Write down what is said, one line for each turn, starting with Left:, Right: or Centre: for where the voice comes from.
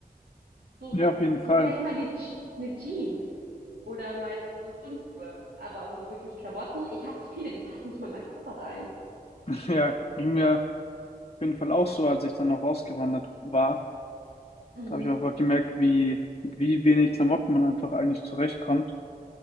Right: so,
Left: Ja, auf jeden Fall.
Right: so vielleicht mal die Je eine Jeans oder mal so, dünn, aber so wirklich Klamotten. Ich habe zu viele, die passen nicht mal in meinen Koffer rein.
Left: Ja, ging mir auf jeden Fall auch so, als ich dann auch ausgewandert war.
Right: Mhm.
Left: Da habe ich einfach gemerkt, wie, mit wie wenig Klamotten man einfach eigentlich zurechtkommt.